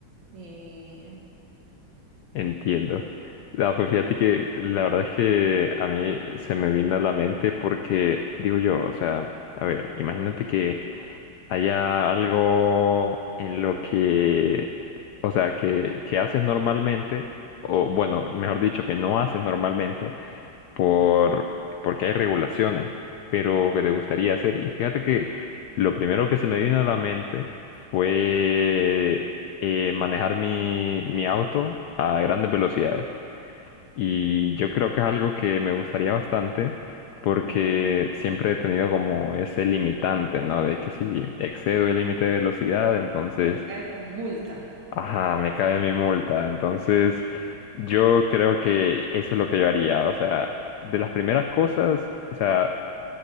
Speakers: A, on the right; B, on the left.
A: eh,
B: Entiendo. No, pues fíjate que la verdad es que a mí se me vino a la mente porque digo yo, o sea, a ver, imagínate que haya algo en lo que, o sea, que, que haces normalmente, o bueno, mejor dicho, que no haces normalmente, por, porque hay regulaciones, pero que te gustaría hacer. Y fíjate que lo primero que se me vino a la mente fue eh, manejar mi, mi auto a grandes velocidades. Y yo creo que es algo que me gustaría bastante porque
A: ajá,
B: siempre he tenido como ese limitante, ¿no? De que si excedo el límite de velocidad, entonces
A: cae tu multa.
B: Ajá, me cae mi multa. Entonces, yo creo que eso es lo que yo haría. O sea, de las primeras cosas, o sea,